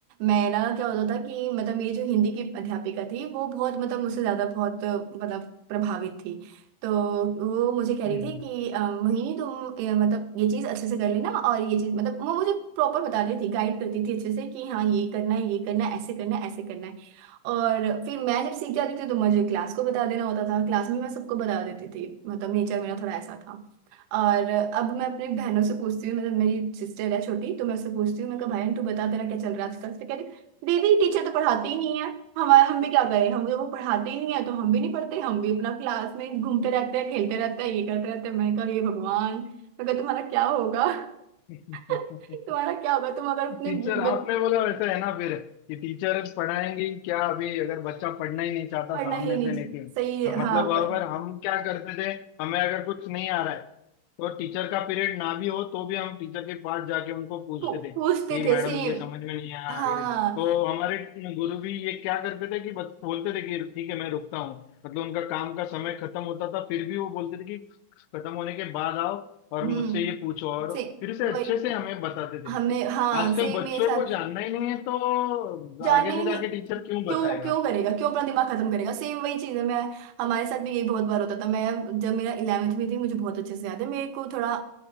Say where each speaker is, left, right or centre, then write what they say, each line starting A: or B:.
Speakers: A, on the right; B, on the left.
A: मेरा क्या होता था कि मतलब मेरी जो हिंदी की अध्यापिका थी वो बहुत मतलब मुझसे ज्यादा बहुत मतलब प्रभावित थी तो वो मुझे कह रही
B: हम्म।
A: थी कि अ, मोहिनी तुम अ, मतलब ये चीज अच्छे से कर लेना और ये चीज मतलब वो मुझे प्रॉपर बता रही थी गाइड करती थी अच्छे से कि हाँ ये करना है ये करना है ऐसे करना है ऐसे करना है और फिर मैं जब सीख जाती थी तो मुझे क्लास को बता देना होता था क्लास में मैं सबको बता देती थी मतलब नेचर मेरा थोड़ा ऐसा था और अब मैं अपनी बहनों से पूछती हूँ मतलब मेरी सिस्टर है छोटी तो मैं उससे पूछती हूँ मैं कहा बहन तू बता तेरा क्या चल रहा है आजकल तो कह रही दीदी टीचर तो पढ़ाते ही नहीं है हमारे हम भी क्या करें हम वो पढ़ाते ही नहीं है तो हम भी नहीं पढ़ते हम भी अपना क्लास में घूमते रहते हैं खेलते रहते हैं ये करते रहते हैं मैंने कहा ये भगवान मैं कहा तुम्हारा क्या होगा <laughs>
B: <laughs>
A: तुम्हारा क्या होगा तुम अगर अपने
B: टीचर
A: बच-
B: आपने बोला वैसे है ना फिर कि टीचर पढ़ाएंगे ही क्या अभी अगर बच्चा पढ़ना ही नहीं चाहता
A: पढ़ना
B: सामने
A: ही नहीं
B: से लेकिन
A: सही
B: हाँ,
A: हाँ
B: मतलब
A: वो-
B: अगर हम क्या करते थे हमें अगर कुछ नहीं आ रहा है तो टीचर का पीरियड ना भी हो तो भी हम टीचर के पास जाके उनको पूछते
A: पू-
B: थे
A: पूछते
B: कि
A: थे
B: मैडम
A: सेम
B: ये समझ में नहीं आया
A: हाँ
B: ये- तो हमारे गुरु भी ये क्या करते थे कि बस बोलते थे कि ठीक है मैं रुकता हूँ मतलब उनका काम का समय खत्म होता था फिर भी वो बोलते थे कि खत्म होने के बाद आओ और
A: हम्म
B: मुझसे ये पूछो और
A: से
B: फिर से
A: वही
B: अच्छे से हमें बताते
A: हमें
B: थे
A: हाँ
B: आजकल
A: सेम
B: बच्चों
A: मेरे साथ
B: को जानना ही नहीं है तो
A: जानना
B: आगे
A: ही
B: से
A: नहीं
B: जाके टीचर क्यों बताएगा
A: क्यों क्यों करेगा क्यों अपना दिमाग खत्म करेगा सेम वही चीज है मैं हमारे साथ भी यही बहुत बार होता था मैं जब मेरा इलेवेंथ में थी मुझे बहुत अच्छे से याद है मेरे को थोड़ा